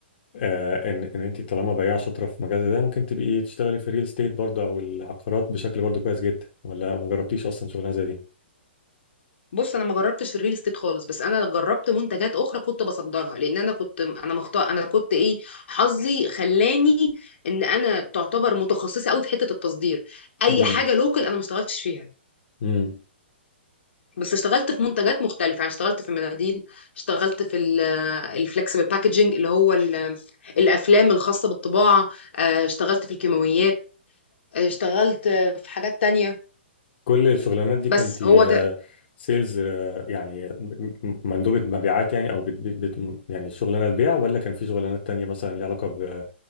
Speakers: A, on the left (about 55°); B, on the left (about 75°).
A: آه، ان ان انت طالما بياع شاطره في مجال زي ده ممكن تبقي تشتغلي في الريل ستيت برضه او العقارات بشكل برضه كويس جدا ولا ما جربتيش اصلا شغلانه زي دي
B: بص انا ما جربتش الريل استيت خالص بس انا جربت منتجات اخرى كنت بصدرها لان انا كنت انا مختار انا كنت ايه حظي خلاني ان انا تعتبر متخصصه قوي في حته التصدير اي
A: امم
B: حاجه لوكال انا ما اشتغلتش فيها
A: امم
B: بس اشتغلت في منتجات مختلفه يعني اشتغلت في المناديل اشتغلت في الفلكسبل باكجينج اللي هو ال- الافلام الخاصه بالطباعه اه، اشتغلت في الكيماويات اه، اشتغلت في حاجات تانية
A: كل الشغلانات دي
B: بس
A: كنت
B: هو ده
A: سيلز يعني م- م- مندوبه مبيعات يعني او بت بت بت- يعني شغلانه البيع ولا كان في شغلانات تانية مثلا ليها علاقه ب-